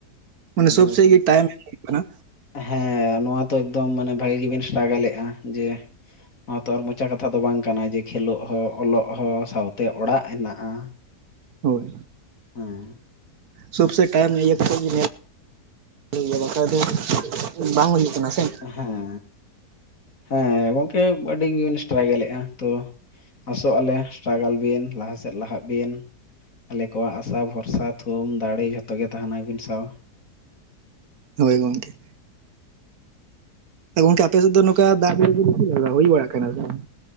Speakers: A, on the right; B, on the left.
A: ᱢᱟᱱᱮ
B: ᱟᱫᱚ
A: ᱥᱚᱵ ᱥᱮᱫ
B: ᱥᱩᱫᱩ
A: ᱜᱮ ᱴᱟᱭᱤᱢ ᱮᱢ ᱦᱩᱭᱩᱜ ᱠᱟᱱᱟ
B: ᱦᱮᱸ ᱱᱚᱣᱟ ᱛᱚ ᱮᱠᱫᱚᱢ ᱢᱟᱱᱮ ᱵᱷᱟᱜᱮ ᱜᱮᱵᱤᱱ ᱥᱴᱨᱟᱜᱮᱞᱮᱜ-ᱟ ᱡᱮ ᱱᱚᱣᱟ ᱛᱚ ᱟᱨ ᱢᱚᱪᱟ ᱠᱟᱛᱷᱟ ᱫᱚ ᱵᱟᱝ ᱠᱟᱱᱟ ᱡᱮ, ᱠᱷᱮᱞᱳᱜ ᱦᱚᱸ ᱚᱞᱚᱜ ᱦᱚᱸ ᱥᱟᱶ ᱛᱮ ᱚᱲᱟᱜ ᱦᱮᱱᱟᱜ-ᱟ
A: ᱦᱳᱭ
B: ᱦᱮᱸ᱾
A: ᱥᱚᱵ ᱥᱮᱜ ᱴᱟᱭᱤᱢ ᱤᱭᱟᱹ ᱠᱟᱛᱮᱜ ᱜᱮ ᱧᱮᱞ ᱦᱩᱭᱩᱜ ᱜᱮᱭᱟ, ᱵᱟᱠᱷᱟᱡ ᱫᱚ ᱵᱟᱝ ᱦᱩᱭᱩᱜ ᱠᱟᱱᱟ ᱥᱮ?
B: ᱦᱮᱸ, ᱦᱮᱸ ᱜᱚᱝᱠᱮ ᱟᱹᱰᱤ ᱜᱮᱵᱤᱱ ᱥᱴᱨᱟᱜᱮᱞᱮᱜ-ᱟ ᱛᱚ ᱟᱥᱚᱜ-ᱟᱞᱮ ᱥᱴᱨᱟᱜᱟᱞ ᱵᱤᱱ, ᱞᱟᱦᱟ ᱥᱮᱫ ᱞᱟᱦᱟᱜ ᱵᱤᱱ᱾ ᱟᱞᱮ ᱠᱚᱣᱟᱜ ᱟᱥᱟ ᱵᱷᱚᱨᱥᱟ ᱛᱷᱩᱢ ᱫᱟᱲᱮ ᱡᱷᱚᱛᱚ ᱜᱮ ᱛᱟᱸᱦᱮᱱᱟ ᱟᱵᱤᱱ ᱥᱟᱶ᱾
A: ᱦᱳᱭ ᱜᱚᱝᱠᱮ᱾ ᱜᱚᱝᱠᱮ ᱟᱯᱮ ᱥᱮᱫ ᱫᱚ ᱱᱚᱝᱠᱟ ᱫᱟᱜ ᱡᱟᱹᱲᱤ ᱠᱚ ᱫᱚ ᱪᱮᱫ ᱞᱮᱠᱟ ᱦᱩᱭ ᱵᱟᱲᱟᱜ ᱠᱟᱱᱟ ᱥᱮ ᱵᱟᱝ?